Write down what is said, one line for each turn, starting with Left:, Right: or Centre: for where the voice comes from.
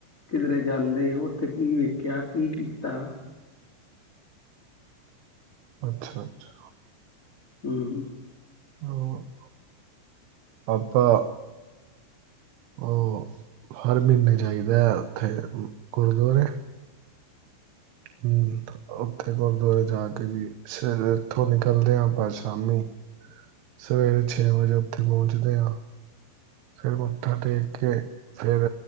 Left: ਕਿਧਰੇ ਜਾਂਦੇ ਔ ਓਥੇ ਕੀ ਵੇਖਿਆ ਕੀ ਕੀਤਾ
Right: ਅੱਛਾ, ਅੱਛਾ।
Left: ਹੂੰ।
Right: ਹੋ, ਆਪਾਂ ਔ ਹਰ ਮਹੀਨੇ ਜਾਈਦੈ ਔਥੇ ਗੁਰਦੁਆਰੇ ਹੂੰ ਔਥੇ ਗੁਰਦੁਆਰੇ ਜਾ ਕੇ ਜੀ ਸਾਰੇ ਐਥੋਂ ਨਿਕਲਦੇ ਆ ਆਪਾਂ ਸ਼ਾਮੀ। ਸਵੇਰੇ ਛੇ ਵਜੇ ਔਥੇ ਪੌਂਚਦੇ ਆਂ। ਫੇਰ ਮੱਥਾ ਟੇਕ ਕੇ ਫੇਰ